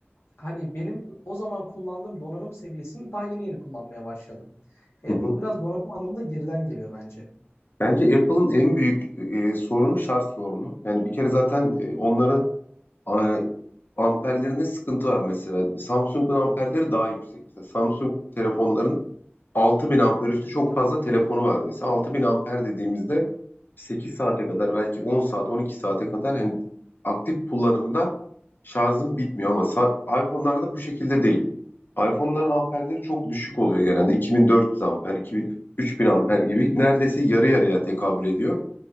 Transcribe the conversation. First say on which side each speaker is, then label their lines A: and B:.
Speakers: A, on the left; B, on the left.
A: hani benim o zaman kullandığım donanım seviyesini daha yeni yeni kullanmaya başladım. Apple
B: Hı hı.
A: biraz donanım anlamında geriden geliyor bence.
B: Bence Apple'ın en büyük e, sorunu şarj sorunu. Yani bir kere zaten e, onların a- amperlerinde sıkıntı var mesela. Samsung'un amperleri daha yüksek. Mesela Samsung telefonların 6000 amper üstü çok fazla telefonu var mesela. 6000 amper dediğimizde 8 saate kadar belki 10 saat 12 saate kadar hani aktif kullanımda şarjım bitmiyor ama sa- iPhone'larda bu şekilde değil. iPhone'ların amperleri çok düşük oluyor genelde. 2400 amper, 2000, 3000 amper gibi neredeyse yarı yarıya tekabül ediyor.